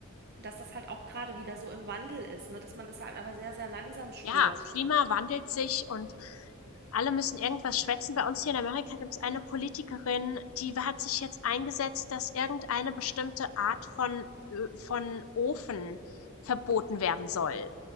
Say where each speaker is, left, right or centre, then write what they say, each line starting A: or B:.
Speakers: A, on the right; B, on the left.
A: dass das halt auch gerade wieder so im Wandel ist, ne? Dass man das halt aber sehr, sehr langsam spürt.
B: Ja, Klima wandelt sich und alle müssen irgendwas schwätzen. Bei uns hier in Amerika gibt es eine Politikerin, die hat sich jetzt eingesetzt, dass irgendeine bestimmte Art von Ö von Ofen verboten werden soll.